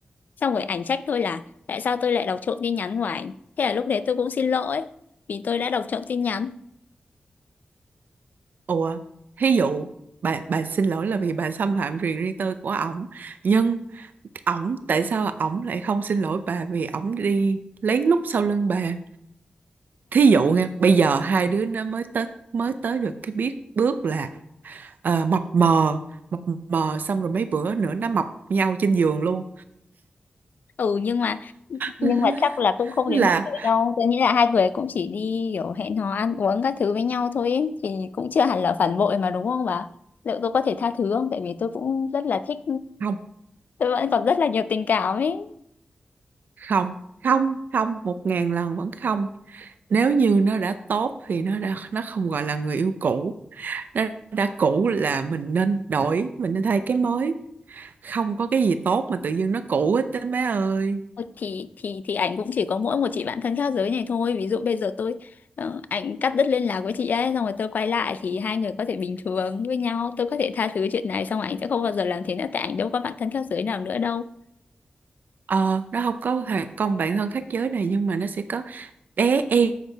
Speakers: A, on the left (about 65°); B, on the right (about 75°).
A: xong rồi ảnh trách tôi là tại sao tôi lại đọc trộm tin nhắn của ảnh thế là lúc đấy tôi cũng xin lỗi vì tôi đã đọc trộm tin nhắn
B: ủa thí dụ bà bà xin lỗi là vì bà xâm phạm quyền riêng tư của ổng nhưng ổng tại sao ổng lại không xin lỗi bà vì ổng đi lén lút sau lưng bà thí dụ nha bây giờ hai đứa nó mới tới mới tới được cái biết bước là ờ, mập mờ mập mờ xong rồi mấy bữa nữa nó mập nhau trên giường luôn
A: ừ nhưng mà nhưng
B: <laughs>
A: mà chắc là cũng không
B: là
A: đến mức đấy đâu tôi nghĩ là hai người cũng chỉ đi kiểu hẹn hò ăn uống các thứ với nhau thôi ấy. thì cũng chưa hẳn là phản bội mà đúng không bà liệu tôi có thể tha thứ không tại vì tôi cũng rất là thích
B: không
A: tôi vẫn còn rất là nhiều tình cảm ấy
B: không không không một ngàn lần vẫn không nếu như nó đã tốt thì nó đã nó không gọi là người yêu cũ nó đã cũ là mình nên đổi mình nên thay cái mới không có cái gì tốt mà tự dưng nó cũ hết á má ơi
A: Ờ, thì thì thì ảnh cũng chỉ có mỗi một chị bạn thân khác giới này thôi ví dụ bây giờ tôi ờ, ảnh cắt đứt liên lạc với chị ấy xong rồi tôi quay lại thì hai người có thể bình thường với nhau tôi có thể tha thứ chuyện này xong ảnh sẽ không bao giờ làm thế nữa tại ảnh đâu có bạn thân khác giới nào nữa đâu
B: ờ nó không có thằng con bạn thân khác giới này nhưng mà nó sẽ có bé em